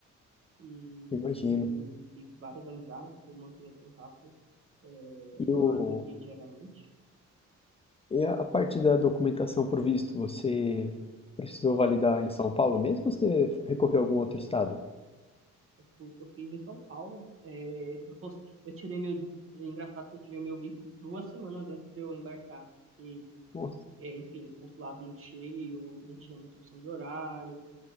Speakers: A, on the right; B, on the left.
A: E,
B: Imagino.
A: enfim, fiz várias amizades, eu mantenho contato é,
B: E, o,
A: quase que diariamente.
B: e a, a parte da documentação pro visto, você precisou validar em São Paulo mesmo ou você recorreu a algum outro estado?
A: Tipo, eu fiz em São Paulo. É, eu, cons- eu tirei meu. É engraçado que eu tirei o meu visto duas semanas antes de eu embarcar. Porque,
B: Nossa,
A: é, enfim, consulado muito cheio, não tinha muita opção de horário.